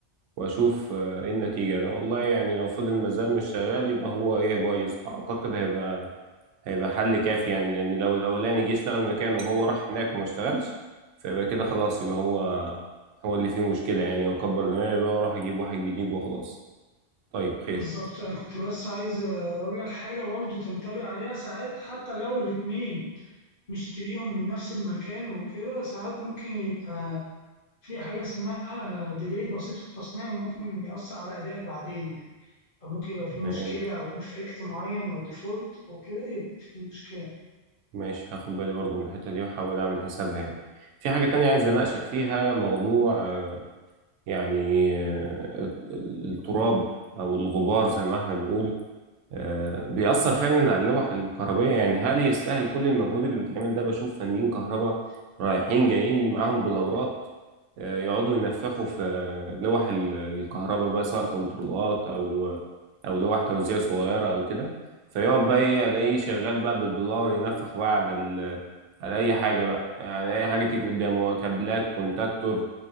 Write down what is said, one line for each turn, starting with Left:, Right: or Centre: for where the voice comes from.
Right: واشوف آه، ايه النتيجه ده والله يعني لو فضل مازال مش شغال يبقى هو ايه بايظ اعتقد هيبقى هيبقى حل كافي يعني لان لو الاولاني جه اشتغل مكانه وهو راح هناك وما اشتغلش فيبقى كده خلاص يبقى هو هو اللي فيه مشكله يعني واكبر دماغي بقى واروح اجيب واحد جديد وخلاص طيب خير
Left: بالظبط أنا كنت بس عايز أقول لك حاجة برضو تنتبه عليها ساعات حتى لو الاتنين مشتريهم من نفس المكان وكده ساعات ممكن يبقى في حاجة اسمها ديلي بسيط في التصنيع ممكن يأثر على الأداء بعدين يعني فممكن يبقى في مشكلة
Right: تمام.
Left: أو إفكت معين أو ديفولت أو كده يبقى في مشكلة
Right: ماشي هاخد بالي برضو من الحته دي واحاول اعمل حسابها يعني في حاجه تانية عايز اناقشك فيها موضوع آه، يعني آه، التراب او الغبار زي ما احنا بنقول آه، بيأثر فعلا على اللوح الكهربائية يعني هل يستاهل كل المجهود اللي بيتعمل ده بشوف فنيين كهرباء رايحين جايين معاهم بلورات آه، يقعدوا ينفخوا في آه، لوح ال- الكهرباء بقى سواء كنترولات أو أو لوح توزيع صغيرة أو كده فيقعد بقى إيه ألاقيه شغال بقى بالبلور ينفخ بقى على ال على أي حاجة بقى يعني أي حاجة تيجي قدامه كابلات كونتاكتور